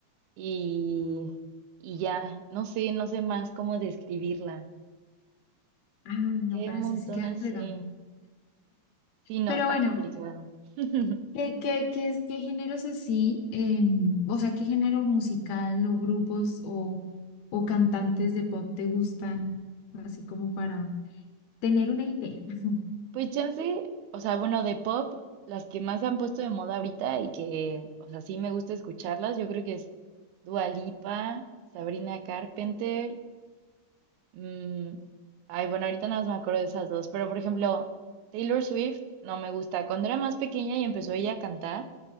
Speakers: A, on the right (about 80°); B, on the left (about 70°).
A: y, y ya, no sé, no sé más cómo describirla.
B: Ay, no,
A: Qué
B: pero
A: un
B: así
A: montón
B: sí queda
A: así.
B: complicado.
A: Sí, no,
B: Pero
A: está
B: bueno.
A: complicado. <laughs>
B: ¿Qué, qué, qué, es- qué géneros así, em, o sea, qué género musical o grupos o, o cantantes de pop te gustan, así como para tener una idea? <laughs>
A: Pues chance, o sea, bueno, de pop, las que más se han puesto de moda ahorita y que, o sea, sí me gusta escucharlas, yo creo que es Dua Lipa, Sabrina Carpenter Mm, ay, bueno, ahorita nada más me acuerdo de esas dos, pero por ejemplo, Taylor Swift no me gusta. Cuando era más pequeña y empezó ella a cantar,